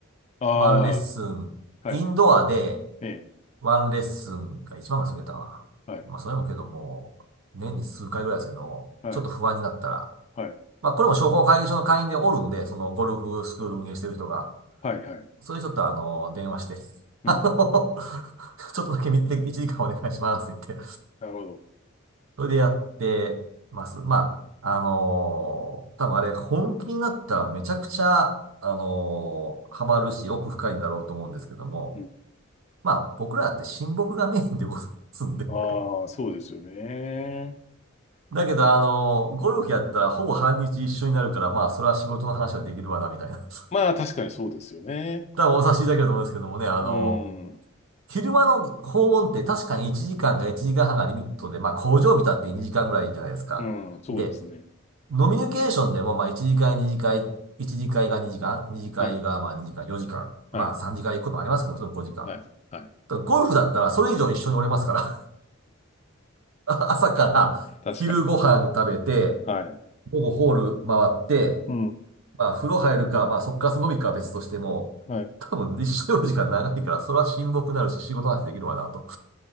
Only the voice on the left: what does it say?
あ
あ、
はい。ええ、
はい、
はい、
はい、
はい、はい。
うん、
なるほど。
うん、
ああ、
そうですよね。
まあ、確かにそうですよね。
うん、
うん、そうですね。
はい、
はい、
はい、はい。
<laughs> 確かに。はい。
うん、
はい。